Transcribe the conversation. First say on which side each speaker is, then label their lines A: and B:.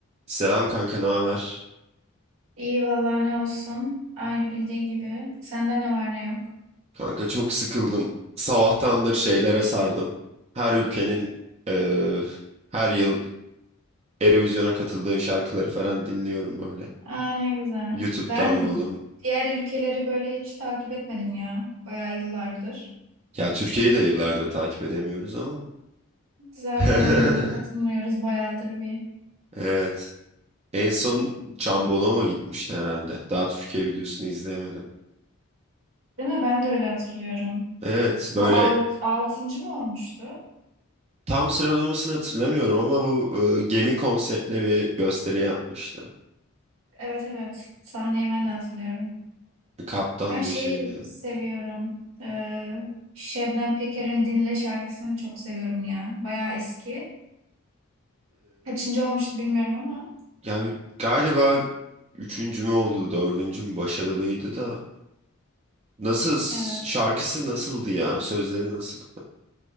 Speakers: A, on the right; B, on the right.
A: Selam kanka, ne haber?
B: İyi vallahi ne olsun. Aynı bildiğin gibi. Sende ne var ne yok.
A: Kanka çok sıkıldım. Sabahtandır şeylere sardım. Her ülkenin eee, her yıl Eurovision'a katıldığı şarkıları falan dinliyorum böyle.
B: Aa ne güzel.
A: YouTube'dan
B: Ben
A: buldum.
B: diğer ülkeleri böyle hiç takip etmedim ya. Bayağı yıllardır.
A: Ya Türkiye'yi de yıllardır takip edemiyoruz ama.
B: Zaten
A: <laughs>
B: aynen katılmıyoruz bayağıdır bir.
A: Evet. En son Can Bonomo gitmişti herhalde. Daha Türkiye videosunu izlemedim.
B: Değil mi? Ben de öyle hatırlıyorum.
A: Evet, böyle
B: O alt, altıncı mı olmuştu?
A: tam sıralamasını hatırlamıyorum ama bu eee, gemi konseptli bir gösteri yapmıştı.
B: Evet evet. Sahneyi ben de hatırlıyorum.
A: Kaptan
B: Ben şeyi
A: da şeydi.
B: seviyorum. Ee, Şebnem Peker'in Dinle şarkısını çok seviyorum ya. Bayağı eski. Kaçıncı olmuştu bilmiyorum ama.
A: Yani galiba üçüncü mü oldu, dördüncü mü başarılıydı da. Nasıl,
B: Evet.
A: şarkısı nasıldı ya? Sözleri nasıl?